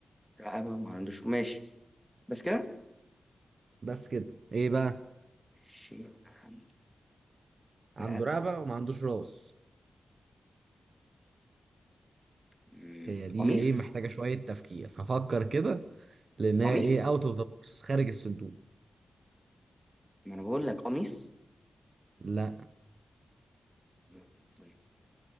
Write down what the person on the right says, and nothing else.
بس كده ايه بقى
عنده
رقبة وما عندوش راس
هي دي
ايه محتاجة شوية تفكير هفكر كده لان هي
ايه اوت اوف ذا بوكس خارج الصندوق
لا